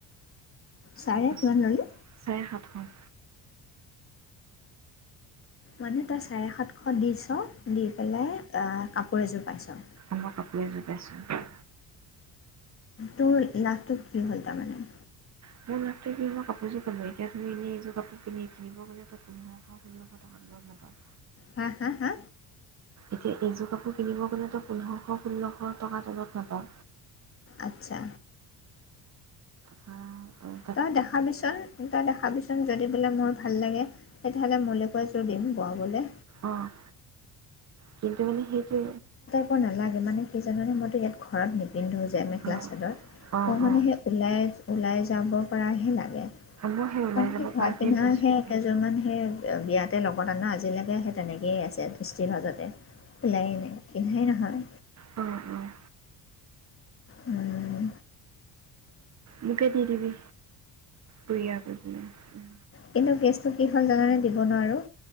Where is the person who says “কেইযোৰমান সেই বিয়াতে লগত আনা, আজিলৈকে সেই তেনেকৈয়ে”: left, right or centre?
Left